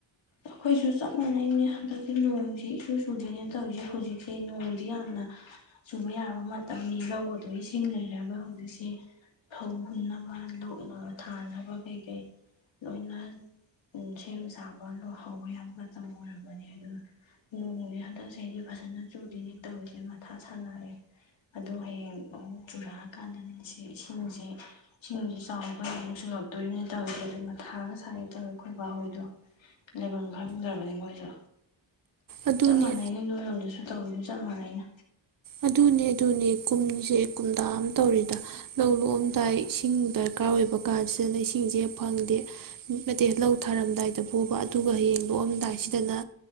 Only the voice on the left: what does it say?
ꯑꯩꯈꯣꯏꯁꯨ ꯆꯞ ꯃꯥꯟꯅꯩꯅꯦ ꯍꯟꯗꯛꯇꯤ ꯅꯣꯡꯁꯤ ꯏꯁꯨ ꯆꯨꯗꯦꯅꯦ ꯇꯧꯔꯤꯁꯦ ꯍꯧꯖꯤꯛꯁꯦ ꯅꯣꯡꯁꯤ ꯌꯥꯝꯅ ꯆꯨꯕ ꯌꯥꯕ ꯃꯇꯝꯅꯤ ꯂꯧ ꯑꯗꯨ ꯏꯁꯤꯡ ꯂꯩꯔꯒ ꯍꯧꯖꯤꯛꯁꯦ ꯐꯧ ꯍꯨꯟꯅꯕ ꯂꯣꯛ ꯊꯥꯅꯕ ꯀꯩꯀꯩ ꯂꯣꯏꯅ ꯁꯦꯝ ꯁꯥꯕ ꯂꯣꯏ꯫ ꯍꯧꯕ ꯌꯥ ꯃꯇꯝ ꯑꯣꯏꯔꯕꯅꯦ ꯑꯗꯨ ꯅꯣꯡꯁꯦ ꯍꯟꯗꯛ ꯆꯍꯤꯗꯤ ꯐꯖꯅ ꯆꯨꯗꯅꯦ ꯇꯧꯔꯤꯁꯦ ꯃꯊꯥ ꯁꯥꯟꯅꯑꯦ ꯑꯗꯣ ꯍꯌꯦꯡ ꯑꯃꯨꯛ ꯆꯨꯔꯛꯑꯀꯥꯟꯗꯅꯦ ꯁꯤ ꯏꯁꯤꯡꯁꯦ ꯏꯁꯤꯡꯁꯦ ꯆꯥꯎꯈ ꯑꯃꯨꯛ ꯆꯨꯔꯛꯇꯣꯏꯅꯦ ꯇꯧꯔꯤꯁꯦ ꯑꯗꯨ ꯃꯊꯥꯒ ꯁꯥꯒꯦ ꯇꯧꯋꯦ ꯑꯩꯈꯣꯏ ꯕꯥ ꯍꯣꯏꯗꯣ꯫ ꯂꯩꯕꯝ ꯈꯪꯗ꯭ꯔꯕꯅꯤ ꯃꯣꯏꯁꯨ꯫
ꯆꯞ ꯃꯥꯟꯅꯩꯅꯦ ꯅꯣꯏꯔꯣꯝꯗꯁꯨ ꯇꯧꯏ ꯆꯞ ꯃꯟꯅꯩꯗ꯫